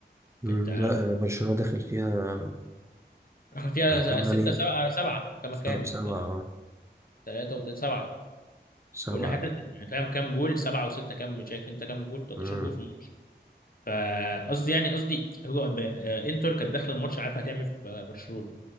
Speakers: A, on the right; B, on the left.
A: مم.
B: فانت
A: لا برشلونة داخل فيها
B: دخل فيها
A: 8
B: ستة سبعة سبعة كما
A: سبعة
B: كام 3 و سبعة
A: سبعة
B: والناحية التالتة يعني فاهم كام جول سبعة وستة كام شايف انت كام جول 13
A: مم.
B: جول في الماتش فقصدي يعني قصدي هو ب... آه، انتر كانت داخلة الماتش عارفة هتعمل إيه في آه، برشلونة